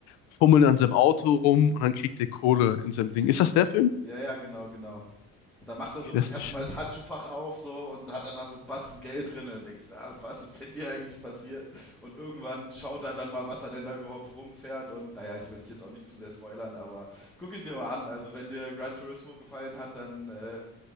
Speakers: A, on the left; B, in the centre.
A: fummeln an seinem Auto rum und dann kriegt er Kohle in seinem Ding.
B: richtig.
A: Ist das der Film?
B: Ja, ja, genau, genau. Und dann macht er so
A: Okay,
B: das
A: Das
B: erste
A: ist, nicht-
B: Mal das Handschuhfach auf so und hat dann da so einen Batzen Geld drin und denkst, ah, was ist denn hier eigentlich passiert? Und irgendwann schaut er dann mal, was er denn da überhaupt rumfährt und naja, ich will dich jetzt auch nicht zu sehr spoilern, aber guck ihn dir mal an. Also wenn dir Gran Turismo gefallen hat, dann äh,